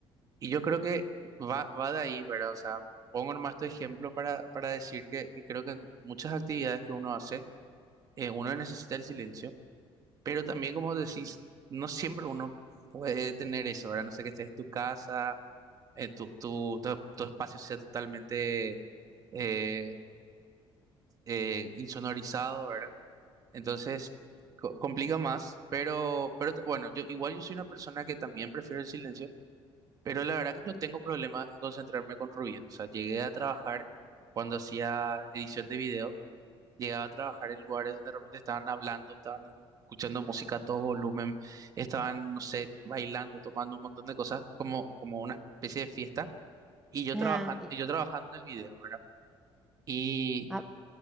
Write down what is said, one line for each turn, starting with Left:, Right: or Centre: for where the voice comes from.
Right: y yo creo que va, va de ahí, ¿verdad? O sea, pongo nomás este ejemplo para, para decir que, que creo que en muchas actividades que uno hace, eh, uno necesita el silencio, pero también, como decís, no siempre uno puede tener eso, ¿verdad? No sé que estés en tu casa, eh, tu, tu, tu, tu espacio sea totalmente eh, eh, insonorizado, ¿verdad? Entonces, co- complica más, pero, pero t- bueno, yo igual yo soy una persona que también prefiero el silencio Pero la verdad que no tengo problema en concentrarme con ruido. O sea, llegué a trabajar cuando hacía edición de video, llegaba a trabajar en lugares donde de repente estaban hablando, estaban escuchando música a todo volumen, estaban, no sé, bailando, tomando un montón de cosas, como, como una especie de fiesta. Y yo
Centre: Ajá.
Right: trabajando,
Centre: y-
Right: yo trabajando en el video, ¿verdad? Y,
Centre: ah,